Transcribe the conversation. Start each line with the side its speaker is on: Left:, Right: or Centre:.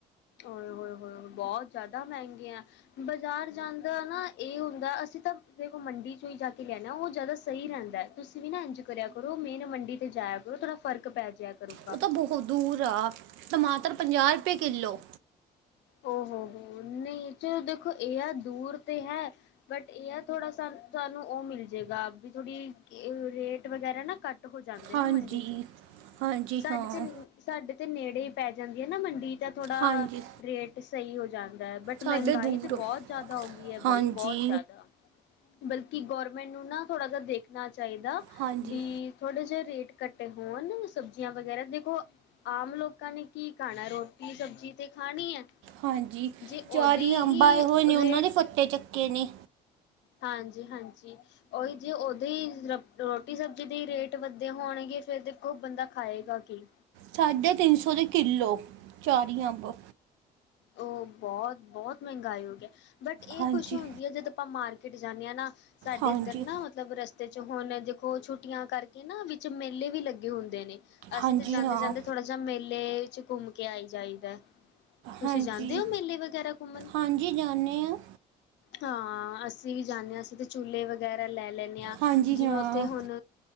Left: ਉਏ ਹੋਏ ਹੋਏ ਬਹੁਤ ਜ਼ਿਆਦਾ ਮਹਿੰਗੀਆ। ਬਾਜ਼ਾਰ ਜਾਣ ਦਾ ਨਾ ਇਹ ਹੁੰਦਾ ਅਸੀਂ ਤਾਂ ਦੇਖੋ ਮੰਡੀ ਚੋਂ ਹੀ ਜਾ ਕੇ ਲੈਣੇ ਉਹ ਜ਼ਿਆਦਾ ਸਹੀ ਰਹਿੰਦਾ ਹੈ। ਤੁਸੀਂ ਵੀ ਨਾ ਇੰਜ ਕਰਿਆ ਕਰੋ ਮੇਨ ਮੰਡੀ ਤੇ ਜਾਇਆ ਕਰੋ ਥੋੜ੍ਹਾ ਫਰਕ ਪੈ ਜਿਆ ਕਰੂਗਾ।
Right: ਉਹ ਤਾਂ ਬਹੁਤ ਦੂਰ ਆ, ਟਮਾਟਰ ਪੰਜਾਹ ਰੁਪਏ ਕਿੱਲੋ।
Left: ਹੋ ਹੋ ਹੋ ਨਹੀਂ ਚਲੋ ਦੇਖੋ ਇਹ ਆ ਦੂਰ ਤੇ ਹੈ ਬਟ ਇਹ ਆ ਥੋੜਾ ਸਾਨੂੰ ਉਹ ਮਿਲ ਜਾਏਗਾ ਵੀ ਥੋੜੀ ਰੇਟ ਵਗੈਰਾ ਨਾ ਘੱਟ ਘੱਟ ਹੋ ਜਾਂਦੇ
Right: ਹਾਂਜੀ
Left: ਨੇ ਮੰਡੀ 'ਚ,
Right: ਹਾਂਜੀ
Left: ਸਾਡੇ
Right: ਹਾਂ
Left: ਤੇ ਸਾਡੇ ਤੇ ਨੇੜੇ ਪੈ ਜਾਂਦੀ ਹੈ ਨਾ ਮੰਡੀ, ਤਾਂ ਥੋੜਾ
Right: ਹਾਂਜੀ
Left: ਰੇਟ ਸਹੀ ਹੋ ਜਾਂਦਾ। ਹਦ ਬਟ ਮਹਿੰਗਾਈ
Right: ਸਾਡੇ ਦੂਰ
Left: ਤੇ ਬਹੁਤ ਜਿਆਦਾ ਹੋ ਗਈ ਹੈ
Right: ਹਾਂਜੀ
Left: ਬਾਈ ਬਹੁਤ ਜ਼ਿਆਦਾ। ਬਲਕਿ ਗੌਰਮੈਂਟ ਨੂੰ ਨਾ ਥੋੜ੍ਹਾ ਜਿਹਾ ਦੇਖਣਾ ਚਾਹੀਦਾ
Right: ਹਾਂਜੀ
Left: ਵੀ ਥੋੜੇ ਜਿਹੇ ਰੇਟ ਘੱਟੇ ਹੋਣ ਸਬਜ਼ੀਆਂ ਵਗੈਰਾ ਦੇਖੋ ਆਮ ਲੋਕਾਂ ਨੇ ਕੀ ਖਾਣਾ ਰੋਟੀ ਸਬਜ਼ੀ ਤੇ ਖਾਣੀ ਹੈ।
Right: ਹਾਂਜੀ,
Left: ਜੇ
Right: ਆਚਾਰੀ
Left: ਉਹਦੇ ਹੀ
Right: ਅੰਬ ਆਏ ਹੋਏ ਨੇ ਉਹਨਾਂ
Left: ਰੇਟ
Right: ਦੇ ਫੱਟੇ ਚੱਕੇ ਨੇ
Left: ਹਾਂਜੀ -ਹਾਂਜੀ। ਉਹੀ ਜੇ ਉਹਦੇ ਹੀ ਰੋਟੀ ਸਬਜ਼ੀ ਦੇ ਰੇਟ ਵੱਧੇ ਹੋਣਗੇ ਫਿਰ ਦੇਖੋ ਬੰਦਾ ਖਾਏਗਾ ਕੀ।
Right: ਸਾਢੇ ਤਿੰਨ ਸੌ ਦੇ ਕਿੱਲੋ ਆਚਾਰੀ ਅੰਬ।
Left: ਉਹ ਬਹੁਤ -ਬਹੁਤ ਮਹਿੰਗਾਈ ਹੋ ਗਈ ਹੈ ਬਟ ਇਹ
Right: ਹਾਂਜੀ
Left: ਖੁਸ਼ੀ ਹੁੰਦੀ ਹੈ ਜਦ ਆਪਾਂ ਮਾਰਕੀਟ ਮਾਰਕੀਟ ਜਾਂਦੇ ਨਾ ਸਾਡੇ
Right: ਹਾਂਜੀ
Left: ਇੱਧਰ ਨਾ ਮਤਲਬ ਰਸਤੇ ਚ ਹੁਣ ਦੇਖੋ ਛੁੱਟੀਆਂ ਕਰਕੇ ਨਾ ਵਿੱਚ ਮੇਲੇ ਵੀ ਲੱਗੇ ਹੁੰਦੇ ਨੇ। ਅਸੀਂ
Right: ਹਾਂਜੀ
Left: ਤਾਂ ਜਾਂਦੇ-
Right: ਹਾਂ
Left: ਜਾਂਦੇ ਥੋੜਾ ਜਿਹਾ ਮੇਲੇ ਵਿੱਚ ਘੁੰਮ ਕੇ ਆਈ ਜਾਈਦਾ। ਤੁਸੀਂ
Right: ਹਾਂਜੀ
Left: ਜਾਂਦੇ ਹੋ ਮੇਲੇ ਵਗੈਰਾ ਘੁੰਮਣ?
Right: ਹਾਂਜੀ ਜਾਣੇ ਆ
Left: ਹਾਂ ਅਸੀਂ ਵੀ ਜਾਂਦੇ ਹਾਂ ਅਸੀਂ ਤੇ ਝੂਲੇ ਵਗੈਰਾ ਲੈ ਲੈਂਦੇ ਹਾਂ
Right: ਹਾਂਜੀ
Left: ਜਿਵੇਂ
Right: ਹਾਂ
Left: ਉੱਥੇ ਹੁਣ